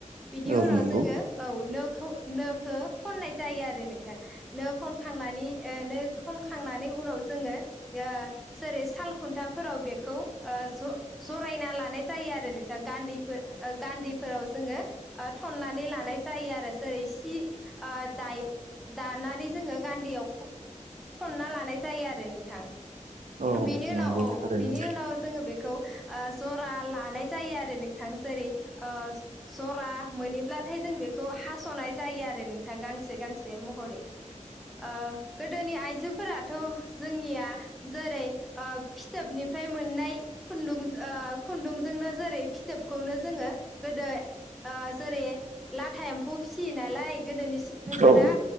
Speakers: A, in the centre; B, on the right.
A: बिनि
B: औ
A: उनाव
B: नंगौ
A: जोंङो औ नो खौ नोखो खननाय जायो आरो नोंथां नो खनखांनानै ओ नो खनखांनानै उनाव जोङो यो जेरै साल खुन्थाफोराव बेखौ ओ ज जरायना लानाय जायो आरो नोंथां गान्धैफोर गान्धैफोराव जोङो ओ थन्नानै लानाय जायो आरो जेरै सिओ दाय दानानै जोङो गान्दैयाव खनना लानाय जायो आरो नोंथां
B: औ
A: बेनि
B: नंगौ
A: उनाव औ
B: थारैनो
A: बिनि उनाव जोङो बेखौओ जरा लानाय जायो आरो नोंथां जेरै ओ जरा मोनोब्लाथाय जों बेखौ हास'नाय जायो आरो नोंथां गांसे गां गांसे महरैओ ओ गोदोनि आइजोफोरा थ' जोंनिया जेरैओ फिथोबनिफ्राय मोननाय खुन्दुंजो ओ खुन्दुंजोंनो जेरै फिथोबखौनो जोङो गोदो जेरै लाथा एम्फौ फिसियो नालाय गोदोनि सुबुंफोरा
B: औ